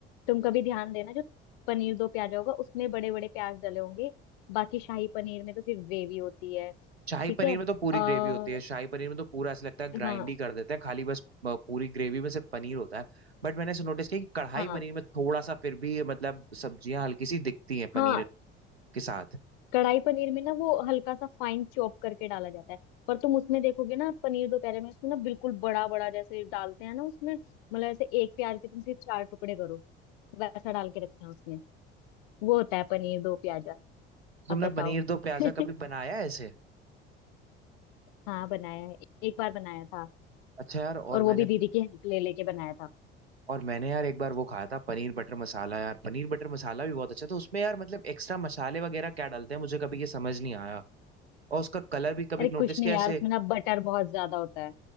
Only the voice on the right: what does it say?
शाही
पनीर
में तो पूरी
ग्रेवी होती है शाही पनीर में तो पूरा ऐसा लगता है ग्राइंड
ही कर देते हैं खाली बस अ, पूरी ग्रेवी में सिर्फ पनीर होता है बट मैंने ऐसे नोटिस किया कि कढ़ाई
पनीर में थोड़ा सा फिर भी मतलब सब्जियां हल्की सी दिखती हैं पनीर
के साथ
तो तुमने
पनीर दो प्याजा
कभी बनाया है ऐसे
अच्छा यार और
मैंने
और मैंने यार एक बार वो खाया था पनीर बटर मसाला यार पनीर बटर मसाला भी बहुत अच्छा था उसमें यार मतलब एक्स्ट्रा मसाले वगैरह क्या डालते हैं मुझे कभी ये समझ नहीं आया और उसका कलर भी कभी
नोटिस
किया
ऐसे